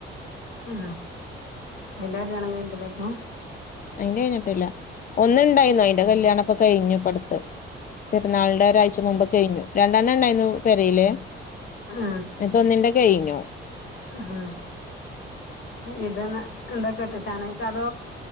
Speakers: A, on the left; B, on the left.
A: ആ ഐന്റെ കല്യാണം കഴിഞ്ഞിട്ടില്ലേ അപ്പൊ
B: അയിന്റെ കഴിഞ്ഞിട്ടില്ല ഒന്ന് ഇണ്ടായിന്ന് അയിൻന്റെ കല്യാണ ഇപ്പൊ കഴിഞ്ഞു പടത്ത് പെര്ന്നാളിന്റെ ഒരാഴ്ച മുമ്പ് കഴിഞ്ഞു രണ്ടണ്ണം ഇണ്ടായിന്ന പെരയിലേ
A: ആ
B: അപ്പ ഒന്നിന്റെ കഴിഞ്ഞു
A: ആ ഇത് തന്നെ എന്താ കെട്ടിചാ നയ്ക്കാ <unintelligible>